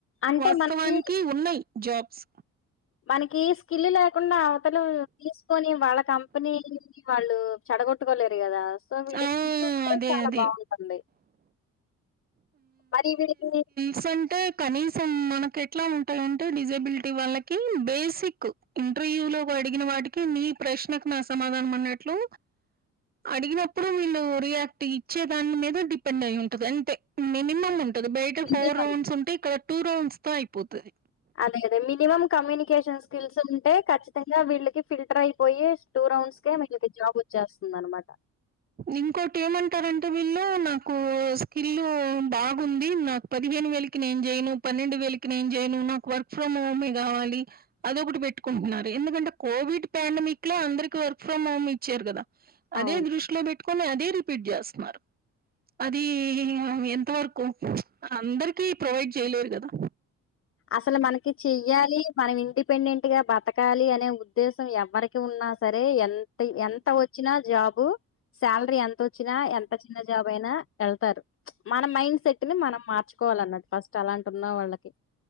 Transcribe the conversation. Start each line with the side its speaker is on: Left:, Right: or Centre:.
Left: అంటే
Right: వాస్తవానికి
Left: మనకి
Right: ఉన్నాయి జాబ్స్
Left: మనకి స్కిల్ లేకుండా అవతలు తీసుకొని వాళ్ళ కంపెనీ వాళ్ళు చెడగొట్టుకోలేరు కదా సో వీళ్ళు
Right: ఆ
Left: <unintelligible> స్కి చూస్తే
Right: అదే
Left: చాలా
Right: అదే
Left: బాగుంటుంది మరి వీళ్ళ
Right: స్ అంటే కనీసం మనకు ఎట్లా ఉంటాయింటే డిజబిలిటీ వాళ్ళకి బేసిక్ ఇంటర్వ్యూ లో అడిగిన వాటికి మీ ప్రశ్నకు నా సమాధానం అన్నట్లు అడిగిన ఇప్పుడు వీళ్లు రియాక్ట్ ఇచ్చే దాని మీద డిపెండ్ అయి ఉంటుది అంతే మినిమం అంటే టది బయట ఫోర్
Left: మినిమం
Right: రౌండ్స్ ఉంటే ఇక్కడ టూ రౌండ్స్ తో అయిపోతది
Left: అదే మినిమం కమ్యూనికేషన్ స్కిల్స్ ఉంటే ఖచ్చితంగా వీళ్ళకి ఫిల్టర్ అయిపోయి టూ రౌండ్స్ కే మికి జాబ్ వచ్చేస్తుంది అనమాట
Right: ఇంకోటి ఏమంటారంటే వీళ్ళు నాకు స్కిల్ బాగుంది నాకు పదిహేను వేలకి నేం చేయను పన్నెండు వేలకి నేం చేయను నాకు వర్క్ ఫ్రమ్ హోమే కావాలి అదొకటి పెట్టుకుంటున్నారు ఎందుకంటే కోవిడ్ ప్యాండమిక్ లో అందరికి వర్క్ ఫ్రమ్ హోమ్ ఇచ్చారు కదా అదే
Left: అవును
Right: దృష్టిలో పెట్టుకొని అదే రిపీట్ చేస్తున్నారు అది ఎంత వరకు అందరికిీ ప్రొవైడ్ చేయలేరు కదా
Left: అసలు మనకి చెయ్యాలి మనం ఇంటి డిపెండెంట్ గా బతకాలి అనే ఉద్దేశం ఎవరికి ఉన్నా సరే ఎ ఎంత వచ్చినా జాబు శాలరీ ఎంత వచ్చినా ఎంత చిన్న జాబ్ అయినా వెళ్తారు చ్ మన మైండ్ సెట్ ని మనం మార్చుకోవాలన్నట్టు ఫస్ట్ అలాంటి ఉన్న వాళ్ళకి